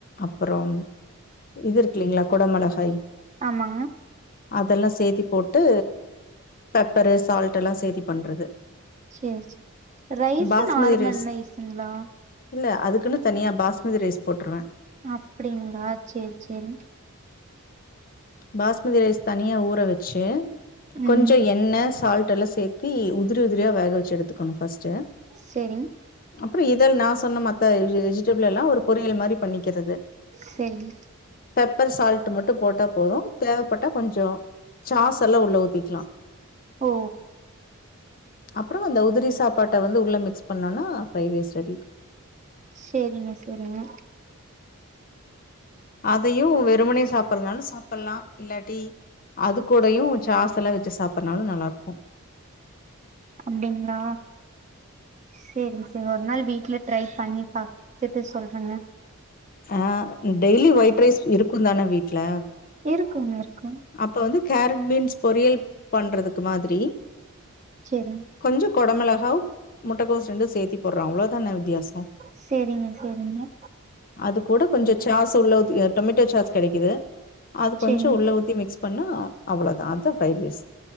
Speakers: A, on the left; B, on the right.
A: அப்ப றம் இது இருக்குல்லீங்களா கொட மிளகாய்
B: ஆமா
A: அதெல்லா சேத்தி போட்டு பெப்பரு சால்டெல்லா சேத்தி பண்றது
B: செர் செரி ரைஸ்ஸு
A: பாஸ்மதி
B: நார்மல்
A: ரைஸ்
B: ரைஸுங்களா
A: இல்ல அதுக்குன்னு தனியா பாஸ்மதி ரைஸ் போட்டுருவே
B: அப்டிங்களா சேர் சேரி
A: பாஸ்மதி ரைஸ் தனியா ஊற வச்சு
B: ம்
A: கொஞ்சோ எண்ண சால்ட் எல்லா சேத் தி உதிரி உதிரியா வேக வச்சு எடுத்துக்கணு ஃபஸ்ட்டு
B: செரி
A: அப்புறோ இதெல் நா சொன்ன மத் த வெஜிடபிள் எல்லா ஒரு பொரியல் மாரி பண்ண்க்கிறது
B: சேரிங்
A: பெப்பர் சால்ட் மட்டு போட்டா போரு தேவப்பட்டா கொஞ்சோ சாஸ் எல்லா உள்ள ஊத்திக்கலா
B: ஓ
A: அப்புறோ அந்த உதிர சாப்பாட்ட வந்து உள்ள மிக்ஸ் பண்ணோனா ஃப்ரைடு ரைஸ் ரெடி
B: சேரிங்க சேரிங்க
A: அதையு வெறுமனே சாப்பிடுனாலு சாப்பிட்லா இல்லாட்டி அது கூடையு சாஸ் எல்லா வச்சு சாப்பிடறனாலு நல்லா இருக்கு
B: அப்டிங்களா சேரிங்க சார் நாள் வீட்டுல ட்ரை பண்ணி பார்த்துட்டு சொல்றங்க
A: ஆ டெய்லி ஒயிட் ரைஸ் இருக்குந்தான வீட்டு்ல
B: இருக்குங்க இருக்கு
A: அப்ப வந்து கேரட் பீன்ஸ் பொரியல் பண்றதுக்கு மாதிரி
B: செரிங்
A: கொஞ்சோ கொட மொளகாவ் முட்டைக்கோசு ரெண்டு சேத்தி போடுறோ அவ்வளோதான வித்தியாசோ
B: சேரிங்க சேரிங்க
A: அது கூட கொஞ்சோ சாஸு உள்ள ஊத்தி டொமேட்டோ சாஸ் கெடைக்குது அது
B: சேரிங்
A: கொஞ்சோ உள்ள ஊத்தி மிக்ஸ் பண்ணா அவ்ளோதா அதா ஃப்ரைட் ரைஸ்